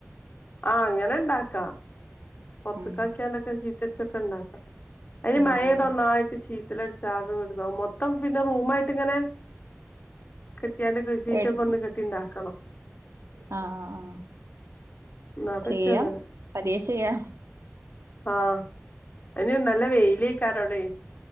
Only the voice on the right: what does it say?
ഉം
ഉം
ഉം
എട്
ആഹ് ആഹ് ആഹ്
ചെയ്യാം പതിയെ ചെയ്യാ.